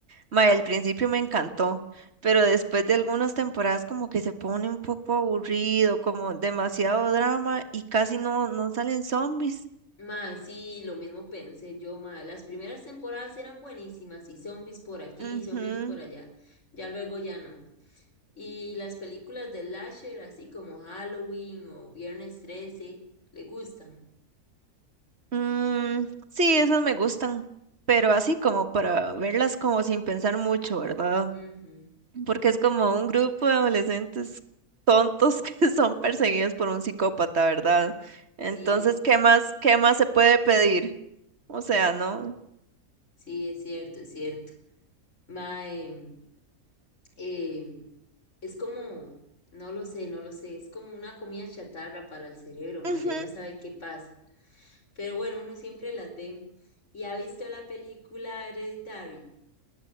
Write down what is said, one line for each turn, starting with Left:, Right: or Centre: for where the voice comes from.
Right: Mae, al principio me encantó, pero después de algunas temporadas como que se pone un poco aburrido, como demasiado drama y casi no, no salen zombies.
Left: Mae, sí, lo mismo pensé yo, mae. Las primeras temporadas eran buenísimas y zombies por aquí,
Right: Ujú.
Left: zombies por allá. Ya luego ya no. Y las películas de Lasher, así como Halloween o Viernes 13, le gustan.
Right: Mm, sí, esas me gustan, pero así como para verlas como sin pensar mucho, ¿verdad?
Left: Ujú,
Right: Porque es como un grupo de adolescentes tontos <laughs> que son perseguidos por un psicópata, ¿verdad? Entonces,
Left: Sí,
Right: ¿qué más, qué más se puede pedir? O sea, ¿no?
Left: sí, es cierto, es cierto. Mae, eh, Es como, no lo sé, no lo sé, es como una comida chatarra para el cerebro, ma,
Right: Ujú.
Left: ya uno sabe qué pasa. Pero bueno, uno siempre las ve. ¿Y ha visto la película Hereditary?